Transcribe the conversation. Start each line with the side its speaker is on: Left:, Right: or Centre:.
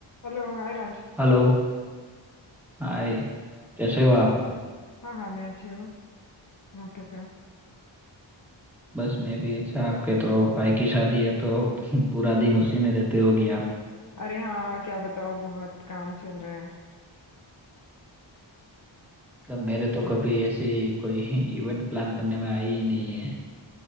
Left: Hello hi Raj
Centre: Hello hi
Left: हाँ
Centre: कैसे हो आप
Left: हाँ हाँ, मैं अच्छी हूँ आप कैसे हो
Centre: बस मैं भी अच्छा आपके तो भाई की शादी है तो <laughs> पूरा दिन उसी में रहते होगी आप
Left: अरे हाँ क्या बताओ बहुत काम चल रहा है
Centre: मतलब मेरे तो
Left: और
Centre: कभी ऐसी कोई <laughs> इवेंट प्लान करने में आई ही नहीं है